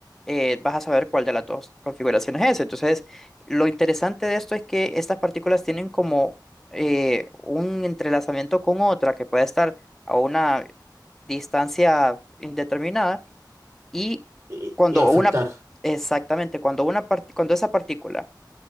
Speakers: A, in the centre; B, on the right.
A: eh, vas a saber cuál de las dos configuraciones es. Entonces, lo interesante de esto es que estas partículas tienen como eh, un entrelazamiento con otra que puede estar a una distancia indeterminada y
B: Y,
A: cuando
B: y afectar.
A: una, exactamente, cuando una part- cuando esa partícula